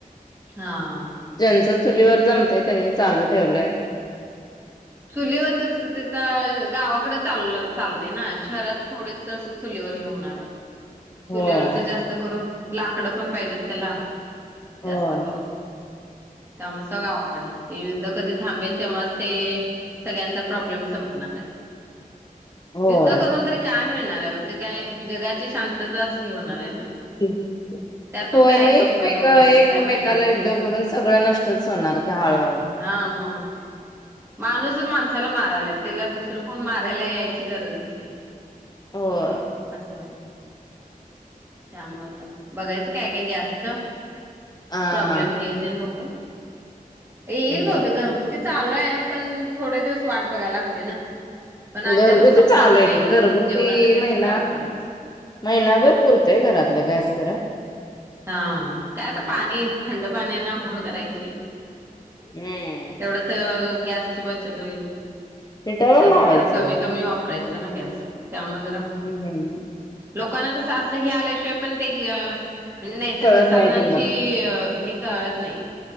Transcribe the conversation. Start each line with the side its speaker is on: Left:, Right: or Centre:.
Right: हां
Left: ज्यांच चुलीवर जमतंय त्यांनी चालू ठेवलंय.
Right: चुलीवरच कसं ते गावाकडे चाल चालतंय ना शहरात थोडे असं चुलीवरी होणार आहे. चुलीवरच
Left: होय
Right: जास्त करून लाकडं पण पाहिजेत त्याला. जास्त
Left: होय
Right: करून त्यामुळे सगळं आवड हे युद्ध कधी थांबेल तेव्हाच ते सगळ्यांचा प्रॉब्लेम संपणार आहे.
Left: होय
Right: युद्ध करून तरी काय मिळणार आहे ते काय जगाची शांती. तेचाच हे होणार आहे ना
Left: <unintelligible>
Right: त्यातून
Left: होय
Right: काय
Left: मग
Right: संपन्न
Left: एकमेक
Right: होणार आहे
Left: एकमेकांला
Right: काय मिळणार
Left: युद्ध
Right: तर आहे
Left: करून सगळं नष्टच होणार की हळूहळू.
Right: हा मग माणूसच माणसाला मारायलाय त्याला दुसरं कोण मारायला यायची गरजच नाही.
Left: होय
Right: असं व्हायलय त्यामुळे आता बघायचं काय काय गॅसच
Left: हा
Right: प्रॉब्लेम
Left: हा
Right: हे तेन बघून. येईल
Left: हम्म
Right: बहुतेक घरगुती चालूय आहे पण थोडे दिवस वाट बघायला लागते ना पण अचानक
Left: घरगुती
Right: संपला
Left: चालू
Right: तर
Left: आहे
Right: काय
Left: की
Right: करायचं
Left: घरगुती
Right: मग जेवणाचं तेन
Left: महिना
Right: सगळं अवघडच ह
Left: महिनाभर पुरतंय घरातलं गॅस खरं
Right: हा काय आता पाणी थंड पाण्याने अंघोळ करायची.
Left: हम्म
Right: थोडच गॅसची बचत होईल
Left: हिटरवर
Right: गॅस
Left: लावायचं
Right: जरा कमी कमी वापरायचं <inaudible> गॅस त्यामुळे जरा
Left: हम्म
Right: लोकांना कस आस हे आल्याशिवाय पण ते नैसर्गिक
Left: कळत
Right: साधनांची
Left: नाही किंमत
Right: हे कळत नाही.